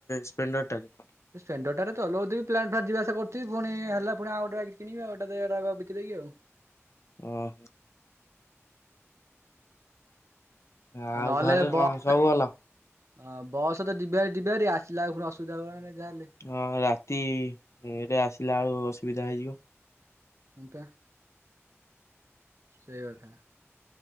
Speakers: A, on the left; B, on the right.
A: ସ୍ପେଣ୍ଡରଟାରେ।
B: ସେ ସ୍ପେଣ୍ଡରଟାରେ ଚଲଉଥିବି ପ୍ଲାଡ୍ ଫାଡ୍ ଯିବାସିଆ କରିଥିବି ପୁଣି ହେଲା ପୁଣିଉ ଗୋଟେକି କିଣିବ ଆଉଟା ବିକିଦକି ଆଉ।
A: ଓହୋ। ଆଉ
B: ନହେଲେ
A: ଘରେ
B: ବସ୍
A: କଣ ସବୁ ଭଲ?
B: ହଁ ବସତ ଯିବିହାରି ଯିବିହାରି ଆସିଲାଆ ପୁଣି ଅସୁବିଧା ହବନା ଯାହାେଲେ।
A: ହଁ ରାତିରେ ଆସିଲା ବେଳୁ ଅସୁବିଧା ହେଇଯିବ।
B: ହୁଁ ପା। ସେଇ କଥାଟା।